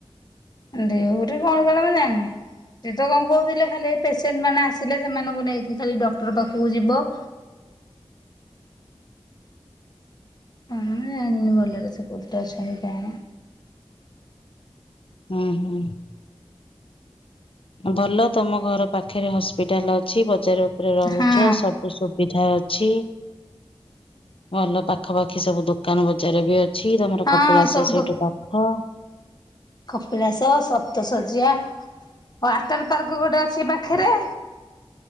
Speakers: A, on the left; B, on the left.
A: ଡିୟୁଟି କଣ କରେ ମୁ ଜାଣିନି। ସେ ତ କଣ କହୁଥିଲେ ଖାଲି ପେସେଣ୍ଟ ମାନେ ଆସିଲେ ସେମାନଙ୍କୁ ନେଇକି ଖାଲି ଡକ୍ଟର ପାଖକୁ ଯିବ। ମୁଁ ଜାଣିନି ଭଲରେ ସେ କହୁଥିରେ ଅଛନ୍ତି କି କଣ।
B: ହୁଁ ହୁଁ। ଭଲ ତମ ଘର ପାଖରେ ହସ୍ପିଟାଲ ଅଛି, ବଜାର ଉପରେ ରହୁଚ,
A: ହଁ।
B: ସବୁସୁବିଧା ଅ ଅଛି, ଭଲ ପାଖାପାଖି ସବୁ ଦୋକାନ ବଜାର ବି ଅ ଛି ତମର
A: ହଁ
B: କପିଳାସ
A: ସବୁ
B: ସେଇଠୁ ପାଖ।
A: କପିଳାଶ ସପ୍ତଶଯ୍ୟା, ୱେଟର ପାର୍କ ଗୋଟେ ଅଛି ପାଖରେ।